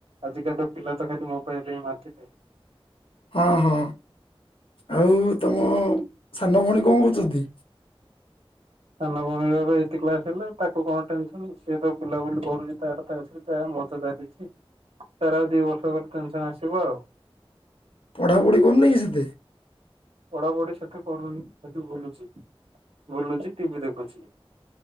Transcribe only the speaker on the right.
ଆଜିକାଲି ପିଲା ତ ଖାଲି ମୋବାଇଲରେ ହ ମାତିଲେ।
ସାନ ଭଉଣୀର ଏବେ ଏଇତ କ୍ଲାସ ହେଲା ତାକୁ କଣ ଟେନସନ ସିଏ ତ ବୁଲାବୁଲି କରୁଚି ତାର ତା ମଜା ଚାଲିଛି। ତାର ଆଉ ଦି ବର୍ଷ ପରେ ଟେନସନ ଆସିବ ଆଉ।
ପଢାପଢି ସେତେ କରୁନି କିନ୍ତୁ ବୁଲୁଚି ବୁଲୁଚି ଟିଭି ଦେଖୁଚି।